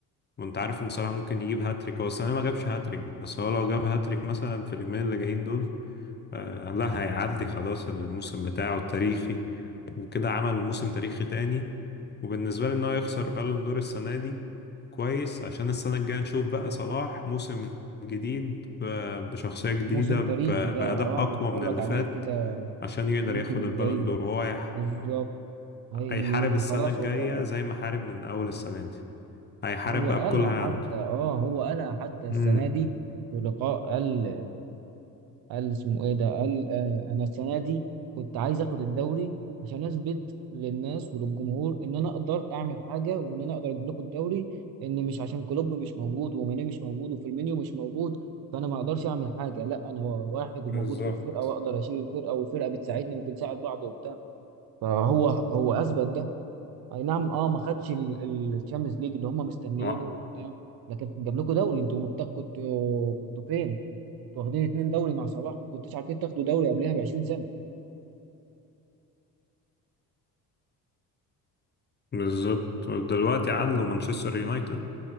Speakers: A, on the left; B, on the right.
A: وانت عارف ان صلاح ممكن يجيب هاتريك هو السنه ما جابش هاتريك بس هو لو جاب هاتريك مثلا في اليومين اللي جايين دول آه لا هيعدي خلاص الموسم بتاعه التاريخي وكده عمل موسم تاريخي تاني وبالنسبه لي ان هو يخسر بالون دور السنه دي كويس عشان السنه الجايه نشوف بقى صلاح موسم جديد ب- بشخصيه جديده
B: موسم تاريخي
A: ب-
B: ده
A: باداء
B: اه
A: اقوى
B: نتفرج
A: من اللي
B: عليه
A: فات
B: كده
A: عشان يقدر
B: الموسم
A: ياخد
B: الجاي
A: البالون دور وهو هيح-
B: بالظبط هي
A: هيحارب السنه
B: خلاص
A: الجايه
B: هو
A: زي ما حارب من اول السنه دي هيحارب
B: هو
A: بقى
B: قالها
A: بكل اللي
B: حتى اه هو قالها حتى السنة
A: عنده
B: دي في لقاء قال قال اسمه ايه ده قال آه انا السنة دي كنت عايز اخد الدوري عشان اثبت للناس وللجمهور ان انا اقدر اعمل حاجة وان انا اقدر اجيب لكم الدوري ان مش عشان كلوب مش موجود وماني مش موجود وفيرمينيو مش موجود فانا ما اقدرش اعمل حاجة لا انا واحد وموجود
A: بالظبط
B: في الفرقة واقدر اشيل الفرقة والفرقة بتساعدني وبنساعد بعض وبتاع فهو هو اثبت ده اي نعم اه ما خدش الشامبيونز ليج اللي هم مستنيينه
A: اه
B: وبتاع لكن جاب لكم دوري انتوا مبتغ كنتوا كنتوا فين؟ كنتوا واخدين اتنين دوري مع صلاح ما كنتوش عارفين تاخدوا دوري قبلها ب 20 سنه
A: بالظبط ودلوقتي عدلوا مانشستر يونايتد